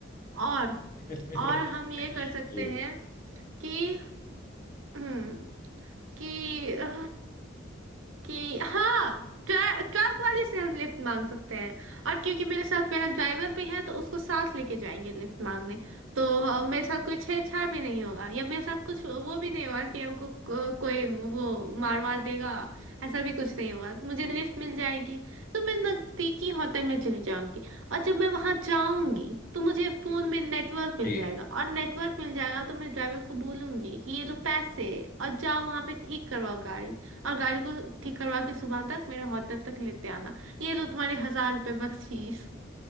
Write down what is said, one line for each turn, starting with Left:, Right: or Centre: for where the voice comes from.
Right: और
Left: <laughs>
Right: और हम ये कर सकते
Left: जी
Right: हैं कि हम्म कि अ, कि हाँ ट्रक वाले से हम लिफ्ट मांग सकते हैं और क्योंकि मेरे साथ मेरा ड्राइवर भी है तो उसको साथ लेके जाएंगे लिफ्ट मांगने तो अ, मेरे साथ कोई छेड़छाड़ भी नहीं होगा या मेरे साथ कुछ वो भी नहीं होगा कि हमको को, कोई वो मार वार देगा ऐसा भी कुछ नहीं होगा तो मुझे लिफ्ट मिल जाएगी तो मैं नजदीकी होटल में चली जाऊंगी और जब मैं वहां जाऊंगी तो मुझे फोन में नेटवर्क मिल
Left: जी
Right: जाएगा और नेटवर्क मिल जाएगा तो मैं ड्राइवर को बोलूंगी कि ये लो पैसे और जाओ वहां पे ठीक करवाओ गाड़ी और गाड़ी को ठीक करवा के सुबह तक मेरे होटल तक लेते आना ये लो तुम्हारे हजार रुपये बख्शीश